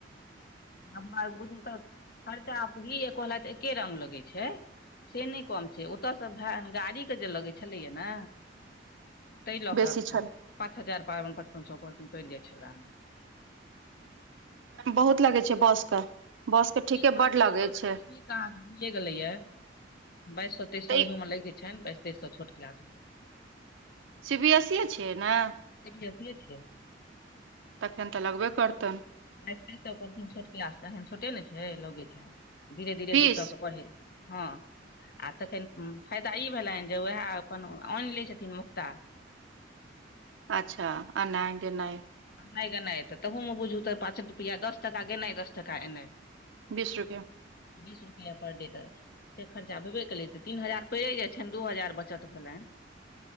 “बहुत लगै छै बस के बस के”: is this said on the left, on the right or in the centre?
Right